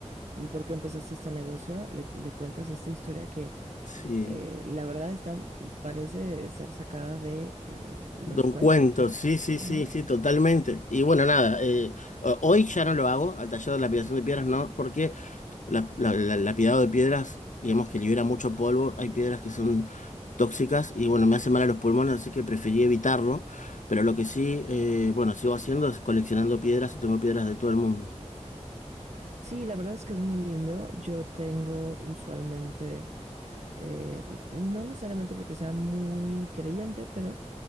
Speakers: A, on the right; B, on the left.
A: mm, por qué empezaste este negocio, le, le cuentas esta historia que
B: Sí,
A: eh, la verdad está, parece ser sacada de eh, los
B: de un
A: cuentos,
B: cuento,
A: ¿no?
B: sí, sí,
A: Ujú.
B: sí, sí, totalmente. Y bueno, nada, eh, ho- hoy ya no lo hago, al taller de lapidación de piedras no, porque la, la- la- el lapidado de piedras, digamos que libera mucho polvo, hay piedras que son tóxicas y bueno, me hace mal a los pulmones, así que preferí evitarlo. Pero lo que sí, eh, bueno, sigo haciendo es coleccionando piedras y tengo piedras de todo el mundo.
A: Sí, la verdad es que es muy lindo. Yo tengo usualmente, eh, no necesariamente porque sea muy creyente, pero